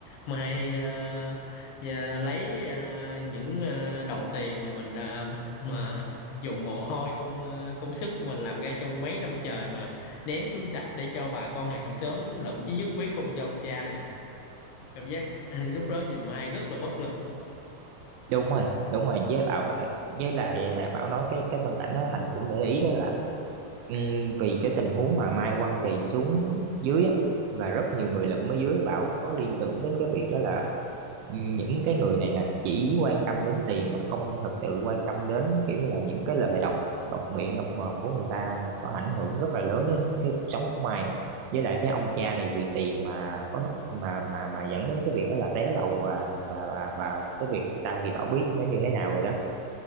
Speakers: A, on the left; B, on the right.
A: Mai ờ, ờ, lấy ờ, những ờ, đồng tiền mà mình đã mà dùng mồ hôi công ờ, công sức của mình làm ra trong mấy năm trời mà ném xuống sạch để cho bà con hàng xóm lậm chí nhất quyết không cho ông cha thì cảm giác <laughs> lúc đó nhìn Mai rất là bất lực.
B: đúng rồi đúng rồi với Bảo với lại Bảo nói cái cái phân cảnh đó Thành cũng để ý đó là Ừm, vì cái tình huống mà Mai quăng tiền xuống dưới á, và rất nhiều người lụm ở dưới bảo có liên tưởng đến cái việc đó là ừm, những cái người này nè chỉ quan tâm đến tiền mà không thật sự quan tâm đến kiểu như là những cái lời độc độc miệng độc mồm của người ta có ảnh hưởng rất là lớn đến cái cuộc sống của Mai nè với lại cái ông cha này vì tiền mà có mà mà mà dẫn đến cái việc đó là té lầu và và và và cái việc sau thì Bảo biết nó như thế nào rồi đó